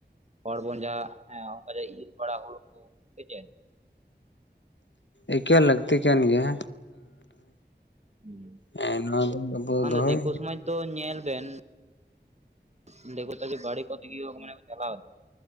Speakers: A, on the right (about 40°); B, on the left (about 85°).
A: ᱦᱚᱲ ᱵᱚᱱ ᱡᱟᱦᱟᱸ ᱦᱮᱸ ᱚᱱᱠᱟ ᱤᱨ ᱵᱟᱲᱟ ᱦᱳᱲᱳᱠᱚ ᱥᱮ ᱪᱮᱫ
B: ᱮᱠᱟᱞ ᱞᱟᱹᱠᱛᱤ ᱠᱟᱱ ᱜᱮᱭᱟ
A: ᱦᱩᱸ
B: ᱦᱮᱸ ᱱᱚᱣᱟ ᱫᱚ ᱟᱵᱚ
A: ᱵᱟᱠᱷᱟᱱ
B: ᱫᱚᱦᱚᱭ
A: ᱫᱚ ᱫᱤᱠᱩ ᱥᱚᱢᱟᱡᱽ ᱫᱚ ᱧᱮᱞ ᱵᱮᱱ <unintelligible>